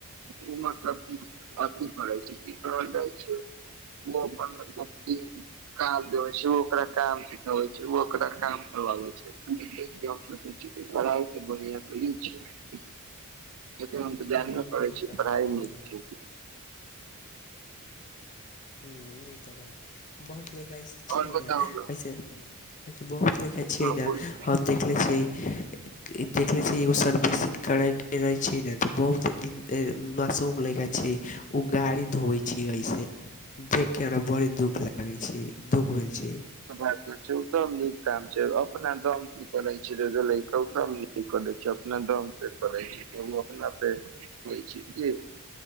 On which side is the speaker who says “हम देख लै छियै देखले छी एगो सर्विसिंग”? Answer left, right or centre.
Left